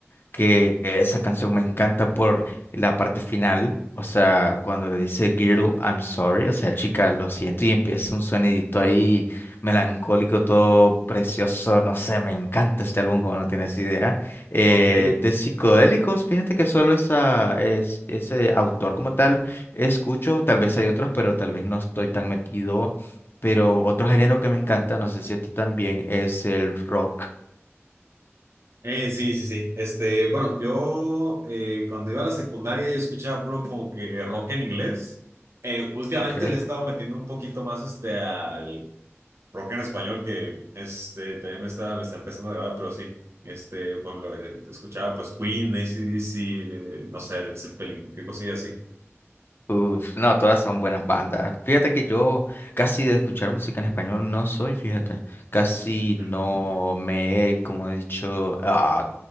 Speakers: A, on the left; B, on the right.
A: que esa canción me encanta por la parte final, o sea, cuando le dice Girl, I'm sorry, o sea, chica, lo siento, y empieza un sonidito ahí melancólico, todo precioso, no sé, me encanta este álbum, como no tienes idea. Eh,
B: Ok.
A: de psicodélicos, fíjate que solo esa, es, ese autor como tal escucho, tal vez hay otros, pero tal vez no estoy tan metido. Pero otro género que me encanta, no sé si a ti también, es el rock,
B: Eh, sí, sí, sí. Este, bueno, yo eh, cuando iba a la secundaria yo escuchaba puro como que rock en inglés. Eh, últimamente
A: ¿ok?
B: le he estado metiendo un poquito más este al rock en español que este también me está, me está empezando a agradar, pero sí. Este, por ejemplo, eh, escuchaba pues Queen, AC/DC, eh, no sé, Led Zeppelin, qué cosilla así.
A: Uf, no, todas son buenas bandas. Fíjate que yo casi de escuchar música en español no soy, fíjate. Casi
B: Ujú.
A: no me he, como he dicho, ah,